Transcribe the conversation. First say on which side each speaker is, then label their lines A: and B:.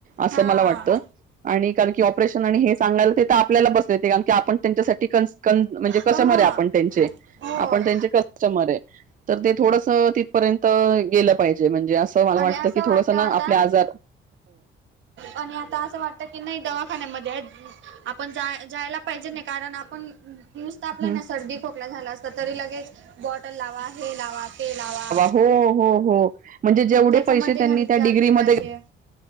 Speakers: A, on the right (about 40°); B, on the right (about 70°).
A: असं
B: हा
A: मला
B: हा
A: वाटतं आणि कारण की ऑपरेशन आणि हे सांगायला ते तर आपल्याला बसलेत कारण की आपण त्यांच्यासाठी क का म्हणजे कस्टमर
B: क हा
A: आहे आपण त्यांचे
B: होय
A: आपण त्यांचे कस्ट मर आहे तर ते थोडस तिथपर्यंत गेलं पाहिजे म्हणजे जे असं मला
B: आणि
A: वाटतं
B: असं
A: की थोडा ना
B: आता
A: आपले आजार जे
B: आणि आता असं वाटत की नाही दवाखान्यामध्ये ॲड आपण जा जायला पाहिजे नाही कारण आपण नुसतं आपल
A: हम्म.
B: ना सर्दी खोकला झाला असता तरी लगेच बॉटल लावा हे लावा ते लावा
A: हो हो हो म्हणजे जेवढे
B: त्याच्यामध्ये
A: पैसे त्यांनी
B: घाण
A: त्या
B: चार
A: डिग्रीमध्ये
B: पंधराशे